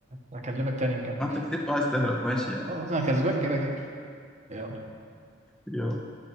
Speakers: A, on the right; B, in the centre.
A: وهكلمك تاني نكمل
B: ما انت كتبت وعايز تهرب ماشي يا
A: خلاص
B: عم.
A: انا كسبان كده كده يلا
B: يلا